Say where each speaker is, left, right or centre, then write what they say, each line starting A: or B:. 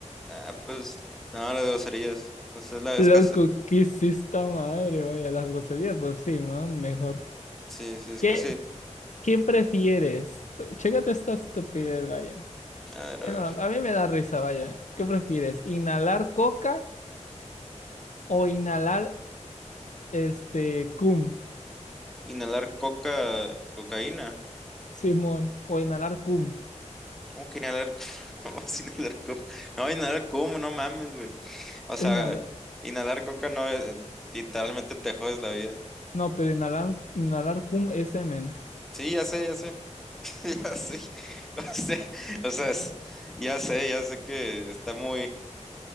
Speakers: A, in the centre; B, on the left.
A: Ah, pues, no, las groserías. Entonces, la
B: Loco,
A: es casi,
B: ¿qué es esta madre? Vaya, las groserías, pues sí, ¿no? Mejor.
A: sí, sí, es
B: ¿Qué,
A: casi.
B: qué prefieres? Chécate esta estupidez, vaya.
A: A ver,
B: Eh,
A: a
B: no,
A: ver.
B: a mí me da risa, vaya. ¿Qué prefieres? ¿Inhalar coca o inhalar este cum,
A: Inhalar coca, cocaína.
B: Simón? O inhalar cum.
A: ¿Cómo que inhalar? co- <laughs> ¿Cómo vas inhalar coca? No, inhalar como, no mames, güey. O sea,
B: Inhala-
A: inhalar coca no, eh, literalmente te jodes la vida.
B: No, pero inhalar, inhalar cum es semen.
A: Sí, ya sé, ya sé. Ya sé, <laughs> o sea, o sea, es- ya sé, ya sé que está muy,